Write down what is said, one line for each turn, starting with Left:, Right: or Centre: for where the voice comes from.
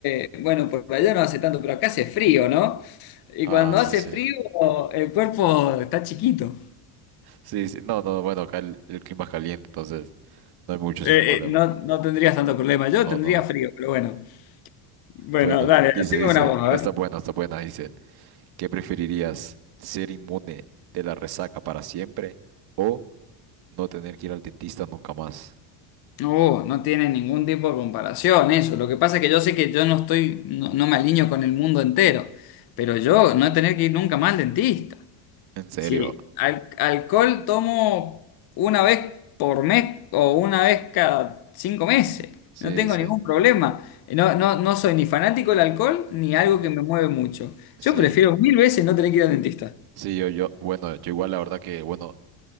Left: eh, bueno, por allá no hace tanto, pero acá hace frío, ¿no? Y
Right: Ah,
Left: cuando
Right: sí,
Left: hace
Right: sí.
Left: frío, el cuerpo está chiquito.
Right: Sí, sí, no, no, bueno, acá el, el clima es caliente, entonces no hay mucho ese
Left: Eh,
Right: problema.
Left: eh, no, no tendrías tanto problema, yo
Right: No,
Left: tendría
Right: no.
Left: frío, pero bueno. Bueno,
Right: Bueno,
Left: dale,
Right: dice,
Left: haceme
Right: dice,
Left: una voz, a
Right: está
Left: ver.
Right: buena, está buena, dice. ¿Qué preferirías? ¿Ser inmune de la resaca para siempre o no tener que ir al dentista nunca más?
Left: No, no tiene ningún tipo de comparación eso. Lo que pasa es que yo sé que yo no estoy, no, no me alineo con el mundo entero, pero yo no tener que ir nunca más al dentista.
Right: En serio.
Left: Si al- alcohol tomo una vez por mes o una vez cada cinco meses,
Right: Sí,
Left: no tengo
Right: sí.
Left: ningún problema. No, no, no soy ni fanático del alcohol ni
Right: Ujú.
Left: algo que me mueve mucho.
Right: Sí.
Left: Yo prefiero mil veces no tener que ir al dentista.
Right: Sí, yo, yo, bueno, yo igual la verdad que, bueno,